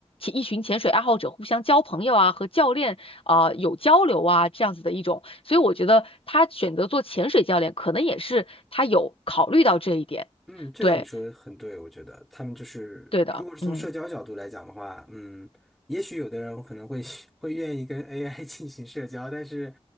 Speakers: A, on the left; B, in the centre.
A: 一群潜水爱好者互相交朋友啊，和教练啊、有交流啊，这样子的一种，所以我觉得他选择做潜水教练，可能也是他有考虑到这一点。
B: 嗯，这个你说的很对，
A: 对，
B: 我觉得他们就是，
A: 对的，
B: 如果是从社交角度来讲的话，
A: 嗯
B: 嗯，也许有的人可能会 <laughs> 会愿意跟 AI 进行社交，但是